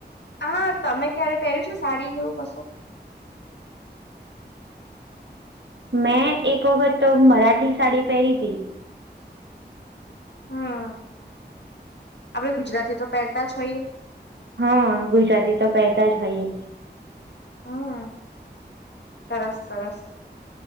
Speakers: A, on the left (about 75°); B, on the right (about 80°).
A: હા તમે ક્યારે પહેર્યું છે ને સાડી જેવું કશું.
B: મેં એક વખત તો મરાઠી સાડી પહેરી તી.
A: હમ આપડે ગુજરાતી તો પહેરતા જ હોઈએ.
B: હા ગુજરાતી તો પેરતા હોઇ એ.
A: હમ સરસ સરસ.